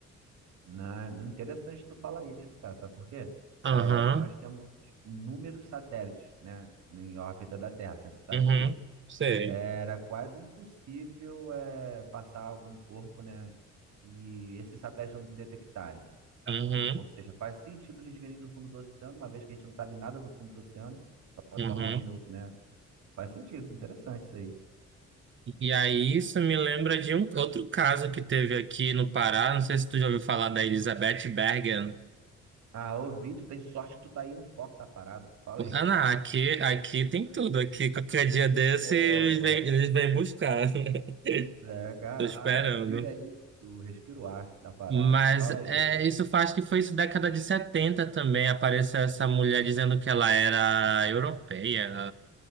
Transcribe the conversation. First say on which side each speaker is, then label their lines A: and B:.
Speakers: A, on the right; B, on the right.
A: Na- interessante tu falar isso, cara, sabe por quê?
B: Aham,
A: É, nós temos inúmeros satélites, né, em órbita da Terra, você sabe
B: uhum,
A: disso.
B: sei.
A: Era quase impossível é, passar algum corpo, né? E esses satélites não detectarem.
B: Uhum,
A: Ou seja, faz sentido eles virem do fundo do oceano, uma vez que a gente não sabe nada do fundo do oceano, só até
B: uhum.
A: um nível, né? Faz sentido, interessante isso aí.
B: E aí isso me lembra de um outro caso que teve aqui no Pará. Não sei se tu já ouviu falar da Elizabeth Bergen.
A: Ah, ouvi, tu tem sorte que tu tá aí no foco da parada, falei.
B: Ah, não, aqui, aqui tem tudo. Aqui, qualquer dia desse,
A: Pô,
B: eles vêm, eles vêm buscar. <laughs>
A: é, caraca,
B: Tô esperando.
A: tu vive aí, tu respira o ar da parada,
B: Mas
A: fala
B: é,
A: aí.
B: isso faz que foi isso década de 70 também. Apareceu essa mulher dizendo que ela era europeia,